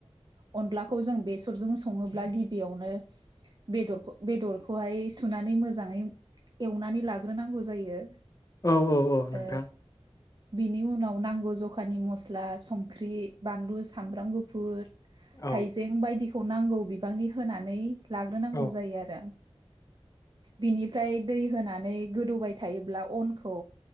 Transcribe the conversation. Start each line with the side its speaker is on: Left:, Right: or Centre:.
Right: अनलाखौ जों बेसरजों संङोब्ला गिबियावनो बेदर बेदरखौहाय सुनानै मोजां मोजांङै एवनानै लाग्रोनांगौ जायो।
Left: औ औ औ नोंथां।
Right: ओ बिनि उनाव नांगौ जखानि मस्ला संख्रि बानलु सामब्राम गुफुर
Left: औ
Right: हाइजें बायदि खौ नांगौ बिबांनि होनानै लाग्रोनांगौ
Left: औ
Right: जायो आरो। बिनिफ्राय दै होनानै गोदौबाय थायोब्ला अनखौ